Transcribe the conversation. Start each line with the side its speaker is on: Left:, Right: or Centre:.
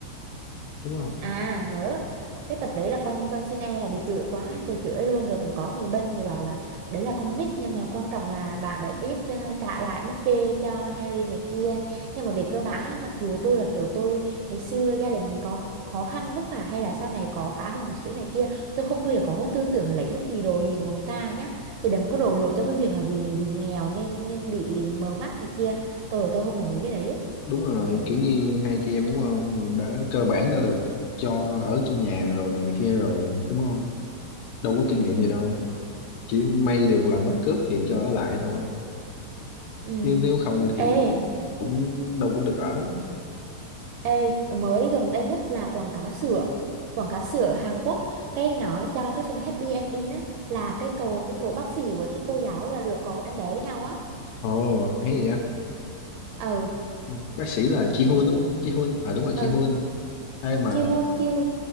Left: đúng không
Right: À nhớ cái tập đấy là con con xin e là bị chửi quá rồi chửi luôn rồi cũng có người bên người bảo là đấy là con nít nhưng mà quan trọng là bạn đã biết ờ, trả lại búp bê cho Harry này kia nhưng mà về cơ bản ấy, mặc dù tôi là kiểu tôi ngày xưa gia đình có khó khăn vất vả hay là sau này có khá hơn một xíu này kia tôi không bao giờ có cái tư tưởng là lấy bất kỳ đồ gì của người ta nhá thì đừng có đổ lỗi cho cái việc là vì vì nghèo nên nên bị mờ mắt này kia tôi tôi không đồng ý cái đấy á.
Left: đúng rồi kiểu như hai chị em đúng không đã cơ bản đã được cho ở trong nhà rồi đồ này kia rồi đúng không đâu có
Right: ừ
Left: kinh nghiệm gì đâu chỉ may được làm
Right: ừ
Left: bắt cướp thì cho ở lại thôi
Right: ừ
Left: chứ nếu không thì
Right: Ê
Left: cũng đâu có được ở
Right: Ê, mới gần đây nhất là quảng cáo sữa quảng cáo sữa Hàn Quốc cái nó cho cái phần happy ending á là cái cậu cái cậu bác sĩ với cái cô giáo là được có em bé với nhau á
Left: ồ hay vậy
Right: ừ
Left: Ừ, bác sĩ là Ji Hoon đúng không? Ji Hoon à đúng rồi Ji
Right: ừ
Left: Hoon ai mà
Right: Ji Hoon
Left: th-
Right: Ji Hoon